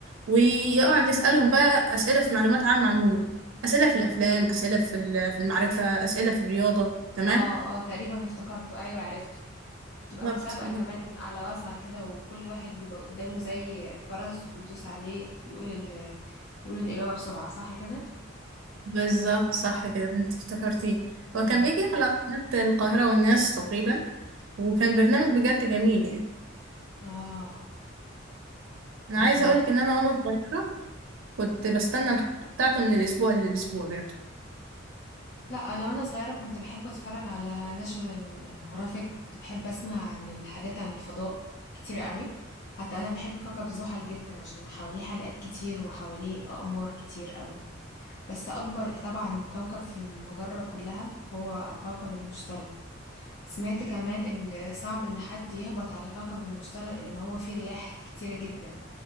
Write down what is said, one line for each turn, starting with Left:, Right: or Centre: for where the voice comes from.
Right: ويقعد يسألهم بقى أسئلة في معلومات عامة عموما أسئلة في الأفلام أسئلة في ال- في المعرفة أسئلة في الرياضة تمام
Left: اه اه تقريبا افتكرته ايوه عرفته تبقى
Right: بالظبط
Left: مسابقة كمان على واسع كده وكل واحد بيبقى قدامه زي جرس وبيدوس عليه يقول ال يقول الإجابة بسرعة صح كده
Right: بالظبط صح كده أنت افتكرتيه
Left: مهم.
Right: هو كان بيجي على قناة القاهرة والناس تقريبا وكان برنامج بجد جميل يعني
Left: اه
Right: أنا
Left: فظيع
Right: عايزة أقولك إن أنا وأنا صغيرة كنت بستنى الحلقة بتاعته من الأسبوع للأسبوع يعني
Left: لا انا وانا صغيره كنت بحب اتفرج على ناشونال جرافيك كنت بحب اسمع عن الحاجات عن الفضاء كتير قوي حتى انا بحب كوكب زحل جدا عشان حواليه حلقات كتير وحواليه اقمار كتير قوي بس اكبر طبعا كوكب في المجره كلها هو كوكب المشتري سمعت كمان ان صعب ان حد يهبط على كوكب المشتري ان هو فيه رياح كتيره جدا